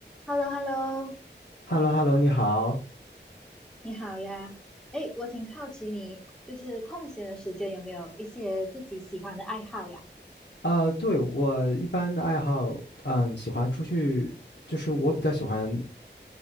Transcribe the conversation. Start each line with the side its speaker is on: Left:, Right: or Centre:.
Centre: h e l l o h e l l o
Left: h e l l o h e l l o 你好。
Centre: 你好呀。哎，我挺好奇你就是空闲的时间有没有一些自己喜欢的爱好呀？
Left: 啊！对，我一般的爱好，嗯，喜欢出去，就是我比较喜欢，